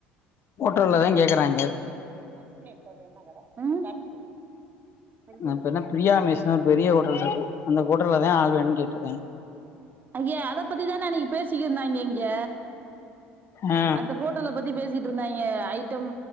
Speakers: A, on the left; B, on the right.
A: ஓட்டோலதான் கேக்குறாங்க
B: மச்சிடே அது என்ன கட சங்கீதா
A: இப்ப என்ன பிரியா மெஸ்னு ஒரு பெரிய ஹோட்டல் இருக்கு அந்த ஹோட்டல்ல தா ஆள் வேணும்னு கேட்டிருக்கே
B: அய்யா அத பத்தி தானே பேசிட்டு இருந்தங்கே ங்க எங்க
A: ஆ
B: அந்த ஹோட்டல பத்தி பேசிட்டு இருந்தா ஐய்ட்டம்